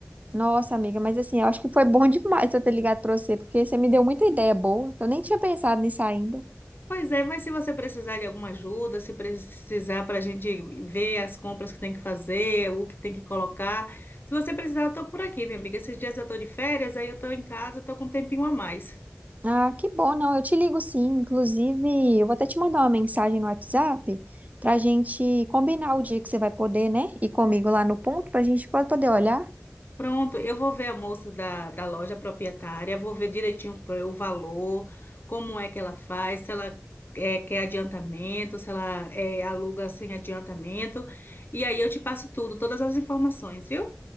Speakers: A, on the right (about 35°); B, on the left (about 50°).
A: Nossa, amiga, mas assim, eu acho que foi bom demais eu ter ligado pra você, porque você me deu muita ideia boa. Eu nem tinha pensado nisso ainda.
B: Pois é, mas se você precisar de alguma ajuda, se precisar para a gente ver as compras que tem que fazer, o que tem que colocar, se você precisar, eu tô por aqui, minha amiga. Esses dias eu tô de férias, aí eu tô em casa, tô com um tempinho a mais.
A: Ah, que bom, não. Eu te ligo sim. Inclusive, eu vou até te mandar uma mensagem no WhatsApp pra gente combinar o dia que você vai poder, né? Ir comigo lá no ponto pra gente poder olhar.
B: Pronto, eu vou ver a moça da, da loja proprietária, vou ver direitinho o valor, como é que ela faz, se ela eh, quer adiantamento, se ela eh, aluga sem adiantamento. E aí eu te passo tudo, todas as informações, viu?